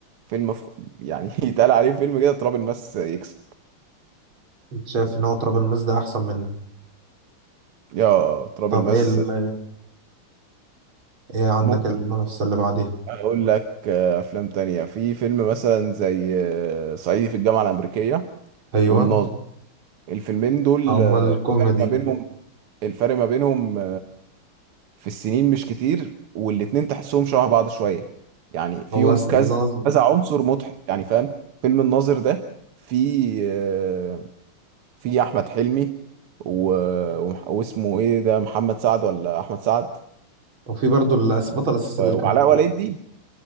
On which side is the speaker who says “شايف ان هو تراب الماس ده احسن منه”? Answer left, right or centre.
Right